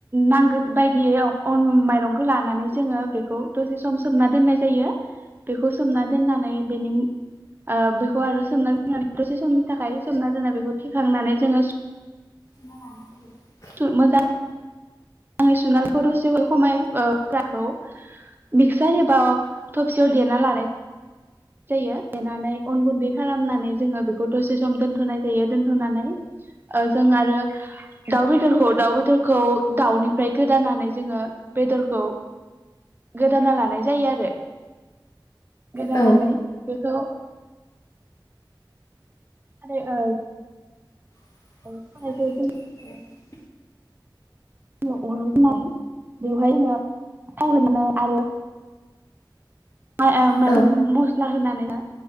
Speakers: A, on the right; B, on the left.
A: नांगौ बायदियै माइरंखौ लानानै जोङो बेखौ दसे सम सोमना दोननाय जायो। बेखौ सोमना दोननानै बेनि बेखौ आरो सोमना दोननानै दसे समनि थाखाय सोमना दोननाय बेखौ थिखांनानै जोङो
B: मा लाना फैयो <inaudible>
A: स मोजां आंनि सुनालखौ दसे खमाय ओ फुरानखौ बिक्सारि एबा थबसेयाव देना लानायस जायो देनानै अन गुन्दै खालामनानै जोंङो बेखौ दसे सम दोनथ'नाय जायो दोनथ'नानै ओ जों आरो दाउ बेदरखौ दाउ बेदरखौ दाउनि ओमफ्राय गोदानानै जोङो बेदरखौ गोदाना लानाय जायो आरो। गोदानानै
B: औ
A: बेखौ आरो ओ
B: <unintelligible>
A: सारायखौ अर आव होनाय बेवहायाय जोंङो थाव होयो। बेयावनो आरो माबा
B: औ
A: मस्ला होनानैनो